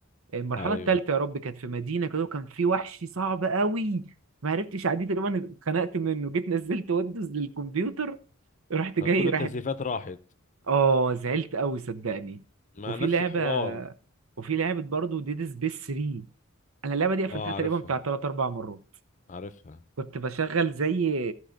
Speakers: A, on the right; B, on the left.
A: المرحله
B: ايوه
A: الثالثه يا رب كانت في مدينه كده وكان في وحش صعب قوي ما عرفتش عديه تقريبا اتخنقت منه جيت نزلت ويندوز للكمبيوتر رحت جاي
B: فكل التزييفات
A: راحت
B: راحت
A: اه زعلت قوي صدقني
B: ما
A: وفي
B: نفس
A: لعبه
B: الحوار
A: وفي لعبه برضه ديد سبيس 3 انا اللعبه دي قفلتها
B: اه
A: تقريبا
B: عارفها
A: بتاع 3 4 مرات
B: عارفها
A: كنت بشغل زي